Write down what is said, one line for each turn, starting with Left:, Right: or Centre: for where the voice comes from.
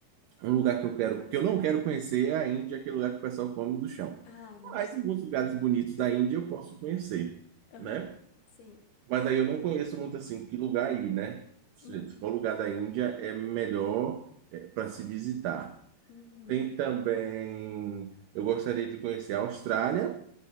Right: Um lugar que eu quero, que eu não quero conhecer é a Índia, aquele lugar que o pessoal come do chão.
Left: Ah, nossa.
Right: Mas alguns lugares bonitos
Left: <laughs>
Right: da Índia eu posso conhecer,
Left: Aham.
Right: né?
Left: Sim.
Right: Mas aí eu não conheço muito assim, que lugar aí, né? Se
Left: Uhum.
Right: se for lugar da Índia, é melhor para se visitar.
Left: Uhum.
Right: Tem também, eu gostaria de conhecer a Austrália.